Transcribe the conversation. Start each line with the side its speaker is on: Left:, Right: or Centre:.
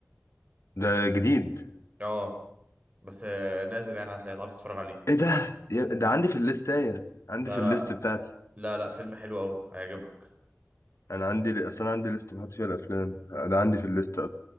Left: ده جديد
Right: اه بس آه، نازل يعني هتلاقي تعرف تتفرج عليه
Left: ايه ده يا- ده عندي في الليستايه عندي
Right: لا
Left: في
Right: لا
Left: الليست بتاعتي
Right: لا لا فيلم حلو قوي هيعجبك
Left: انا عندي اصلا عندي ليست بحط فيها الافلام آه، ده عندي في الليست